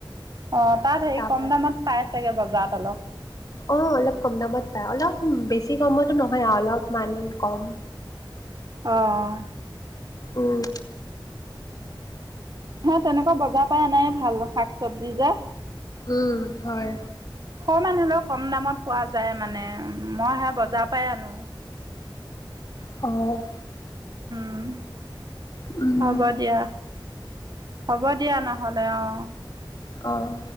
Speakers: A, on the right; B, on the left.
A: অ তাত হেৰি
B: তাৰ
A: কম
B: পৰাই
A: দামত পাই চাগে বাৰু। যাত তলত।
B: অ, অলপ কম দামত। অলপ বেছি কমতো নহয় আৰু অলপমান কম।
A: অঁ।
B: উম।
A: হ তেনেকুৱা বজাৰ পাই এ নাই ভাল, শাক চবজি যে।
B: উম', হয়।
A: অমান হ'লেও কম দামত পোৱা যায় মানে, মই সে বজাৰৰ পৰাই আনো।
B: অ',
A: উম ',
B: উম
A: হ'ব দিয়া। হ'ব দিয়া নহ'লে অ',
B: আহ',